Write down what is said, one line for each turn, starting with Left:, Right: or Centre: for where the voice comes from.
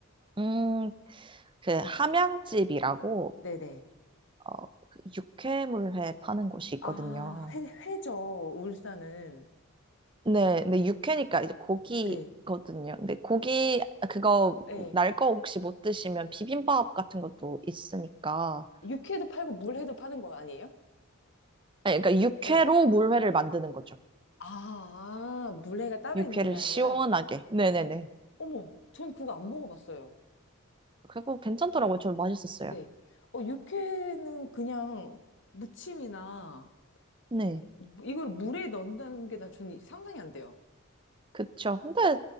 Right: 음, 그 함양집이라고
Left: 네네.
Right: 어, 그 육회물회 파는 곳이 있거든요.
Left: 아, 회, 회죠, 울산은.
Right: 네, 근데 육회니까 이제 고기거든요.
Left: 네.
Right: 근데 고기 그거
Left: 예.
Right: 날 거 혹시 못 드시면 비빔밥 같은 것도 있으니까.
Left: 육회도 팔고 물회도 파는 거 아니에요?
Right: 아니, 그러니까 육회로
Left: 예.
Right: 물회를 만드는 거죠.
Left: 아, 아, 물회가 따로
Right: 육회를
Left: 있는 게 아니라,
Right: 시원하게. 네네네.
Left: 어머, 전 그거 안 먹어봤어요.
Right: 그거 괜찮더라고요. 좀 맛있었어요.
Left: 네. 어, 육회는 그냥 무침이나,
Right: 네,
Left: 무- 이걸 물에 넣는다는 게 나 전 상상이 안 돼요.
Right: 그쵸. 근데